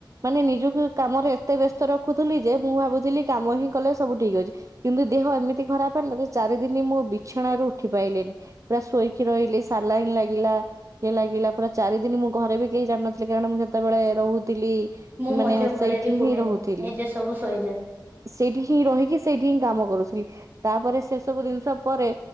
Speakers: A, on the right; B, on the right.
A: ମାନେ ନିଜକୁ କାମରେ ଏତେ ବ୍ୟସ୍ତ ରଖୁଥିଲି ଯେ, ମୁଁ ଭାବୁଥିଲି କାମ ହିଁ କଲେ ସବୁ ଠିକ୍ ଅଛି। କିନ୍ତୁ ଦେହ ଏମିତି ଖରାପ ହେଲା ଯେ, ଚାରି ଦିନି ମୁଁ ମୁଁ ବିଛଣା ଉଠି ପାଇଲିନି। ପୁରା ଶୋଇକି ରହିଲି ସାଲାଇନ୍ ଲାଗିଲା, ଇଏ ଲାଗିଲା। ପୁରା ଚାର ରିଦିନ ମୁଁ ଘରେ ବି କେହି ଜାଣିନଥିଲେ, କାରଣ ମୁଁ ସେତେବେଳେ ରହୁ ଥିଲି।
B: ମୁଁ
A: ମାନେ
B: ମଧ୍ୟ
A: ସେଇଠି
B: ଘରେ ବି କୁହେନି
A: ହିଁ ରହୁଥିଲି।
B: ନିଜେ ସବୁ ଶୋଇଯାଏ
A: ସେଇଠି ହିଁ ରହିକି ସେଇ ହିଁ କାମ କରୁଥିଲି। ତା'ପରେ ସେ ସବୁ ଜିନିଷ ପରେ